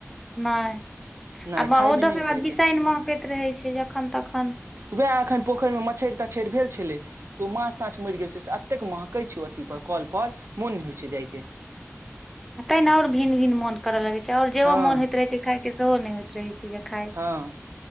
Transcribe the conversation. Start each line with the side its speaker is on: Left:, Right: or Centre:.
Centre: नहि
Right: नहि खायमे
Centre: आ ओ
Right: नहि
Centre: दोसर
Right: नीक
Centre: बात
Right: लगै छै
Centre: बिसाइन महकैत रहै छै जखन तखन।
Right: उएह एखन पोखरिमे मछहरि यछं तचछड़ भेल छलै। तऽ ओ माछ ताछ मरि गेल छै से एतेक महकै छै ओ अथी पर कल पर मोन नहि होइ छै जायके।
Centre: ते ने और भिन भिन मोन करय लगैत छै औ जेहो
Right: हँ
Centre: मोन होइत रहै छै खायके सेहो नहि होइत रहैत छै। खाय
Right: हँ